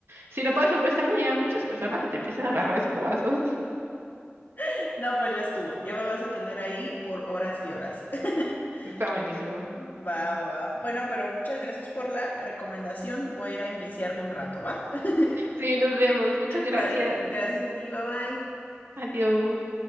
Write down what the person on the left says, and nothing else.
<laughs> No, pues ya estuvo. Ya me vas a tener ahí por horas y horas. <laughs>
Va, va, va. Bueno, pero muchas gracias por la recomendación. Voy a ir a enviciarme un rato, ¿va? <laughs>
Vale, gracias a ti, bye bye.